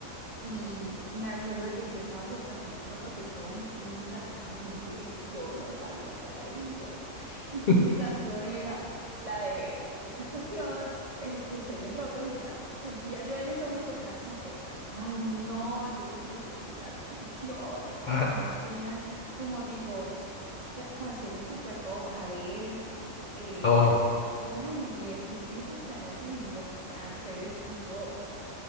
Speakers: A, on the right; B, on the left.
A: Y me acuerdo que yo estaba súper nerviosa porque todas las niñas cantaban en inglés y yo no sabía cantar en inglés. Y pues
B: <laughs>
A: mi canción era la de La Quinta Estación, este, Sueños Rotos, y era, sentía yo en ese momento que era como que, ay no, yo porque escogí esta canción, si
B: Ajá.
A: las demás tenían como tipo ca- canciones súper top, Adele, eh,
B: Oh,
A: cosas en inglés, incluso hasta en otros idiomas, francés y yo